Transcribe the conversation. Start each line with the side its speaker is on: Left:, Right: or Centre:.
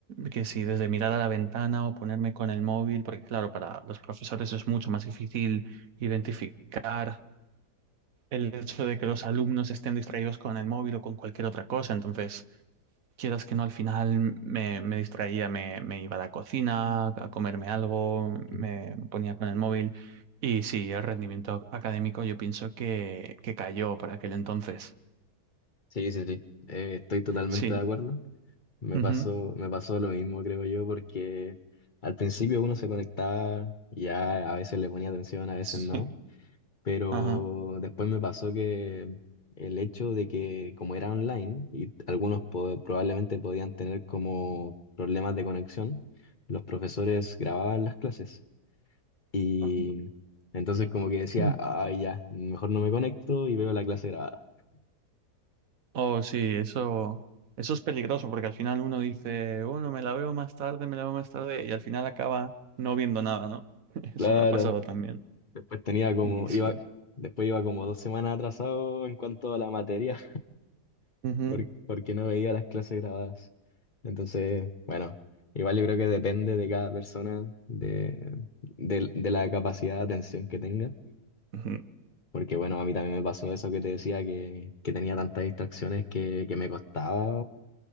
Right: que si desde mirar a la ventana o ponerme con el móvil, porque claro, para los profesores es mucho más difícil identificar el hecho de que los alumnos estén distraídos con el móvil o con cualquier otra cosa. Entonces, quieras que no, al final me, me distraía, me, me iba a la cocina a comerme algo, me,
Left: Ujú.
Right: me ponía con el móvil y sí, el rendimiento académico yo pienso que, que cayó para aquel entonces.
Left: Sí, sí, sí, eh, estoy totalmente
Right: Sí.
Left: de acuerdo. Me
Right: Ujú.
Left: pasó, me pasó lo mismo, creo yo, porque al principio uno se conectaba, y ya a veces le ponía atención, a veces
Right: Sí.
Left: no. pero
Right: Ajá.
Left: después me pasó que el hecho de que como era online y algunos po- probablemente podían tener como problemas de conexión, los profesores grababan las clases y
Right: Ajá.
Left: entonces como que decía,
Right: Mm.
Left: ay ya, mejor no me conecto y veo la clase grabada.
Right: Oh, sí, eso, eso es peligroso porque al final uno dice, bueno, me la veo más tarde, me la veo más tarde y al final acaba no viendo nada, ¿no? <laughs>
Left: Claro,
Right: Eso me ha pasado también.
Left: después tenía como,
Right: Y
Left: iba,
Right: sí.
Left: después iba como dos semanas atrasado en cuanto a la materia.
Right: Ujú.
Left: por- porque no veía las clases grabadas. Entonces, bueno, igual yo creo que depende de cada persona, de, de, de la capacidad de atención que tenga.
Right: Ujú.
Left: Porque bueno, a mí también me pasó eso que te decía, que, que tenía tantas distracciones que, que me costaba.